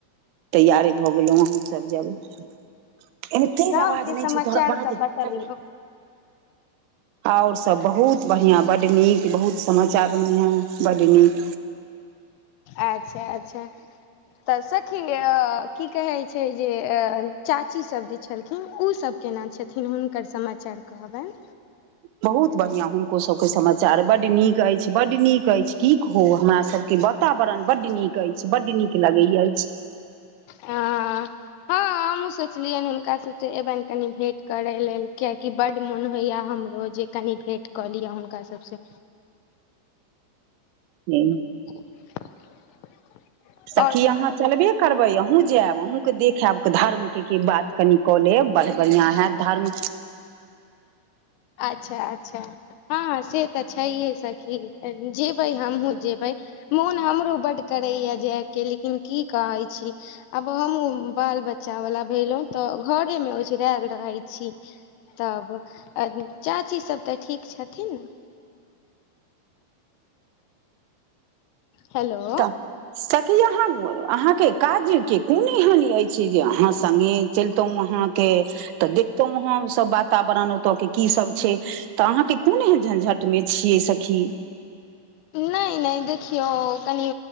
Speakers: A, on the right (about 85°); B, on the left (about 80°).
A: तैयारे भऽ गेलहुँ अहासभ जेबै एहन तेज
B: गाँंव
A: अवाज
B: के
A: नहि
B: समाचार
A: छै तोहर रहअ
B: सब
A: दही
B: बतबियौ
A: और सब बहुत बढ़िया बड नीक बहुत समाचार बढ़िआ बड नीक
B: अच्छा अच्छा तऽ सखी की कहे छै जे चाची सब जे छलखिन ओ सब केना छथिन हुनकर समाचार कहबेन
A: बहुत बढ़िआँ हुनको सबके समाचार बड्ड नीक अछि बड नीक अछि की कहू हमरा सभके के वातावरण बड नीक अछि बड नीक लगैय इ चीज
B: ॲ हॉं हम सोचलियै हुनका सब से एबन कनि भेंट करे लऽ लेल किआकि बड मोन होइया हमरो जे कनि भेट कऽ लिअ हुनका सबसँ
A: हूँ
B: <inaudible>
A: सखी
B: आओर सब
A: अहाँ
B: कहियौ
A: चलबे करबै अहूँ जायब अहूँके देखाएब धर्म की की बात कनि कऽ लेब बड़ बढ़िआं हैत धर्म
B: अच्छा अच्छा हँ से तऽ छैहे सखी जेबै हमहुूँ जेबै मोन हमरो बड्ड करैया जायके लेकिन की कहै छी आब हमहूँ बाल बच्चा वाला भेलो तऽ घरे मे ओछरेल रहै छी तब आ चाची सब तऽ ठीक छथिन हेलो
A: तऽ सखी अहाँ अहाँके काज के कोन एहनी अछि जे अहाँ सङ्गे चलितहु अहाँ के तऽ देखतौं हम सब बात वातावरण ओतऽ के की सब छै तऽ अहाँके कोन एहन झंझट मे छियै सखी
B: नहि नहि देखियौ कनि